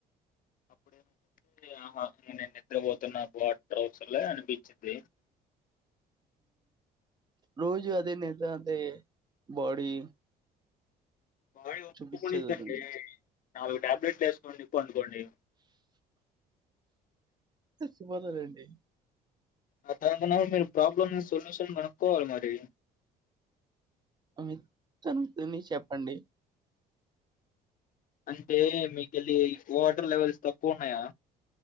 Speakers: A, on the left; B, on the right.
A: అప్పుడేమంటంటే ఇకా నేను నిద్రపోతున్నాకు వాటర్ అవసలే అనిపించింది
B: రోజు అదే నిద్ర అంటే బాడీ
A: మ
B: చూపించదండి
A: ఒకం <unintelligible> నాలుగు టాబ్లెట్లు వేసుకోండి పడుకోండి
B: సుభద రెండి <unintelligible>
A: అ దానింత నా మీరు ప్రాబ్లమ్ సొల్యూషన్ కనుక్కోవాలి మరి
B: మిత్తని చెప్పండి
A: అంటే మీకు వెళ్ళి వాటర్ లెవెల్స్ తక్కువ ఉన్నాయా